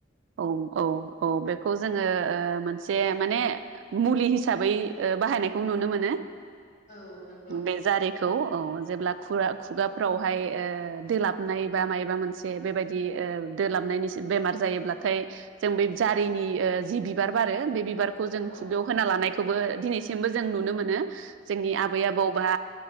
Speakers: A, on the right (about 75°); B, on the left (about 40°).
A: औ औ अ बेखौ जोङो ओ मोनसे माने मुलि हिसाबै ओ बाहायनायखौ नुनो मोनो
B: औ नंगौ।
A: बे जारिखौ औ जेब्ला खुरा खुगाफ्रावहाय ओ ओ दोलाबनाय बा मायबा मोनसे बेबायदि ओ दोलाबनायनि बेमार जायोब्लाथाय जों बे जारिनि ओ जि बिबार बारो बे बिबारखौ जों
B: औ
A: खुगायाव होना लानायखौबो दिनैसिमबो जों नुनो मोनो। जोंनि
B: नंगौ
A: आबै आबौबा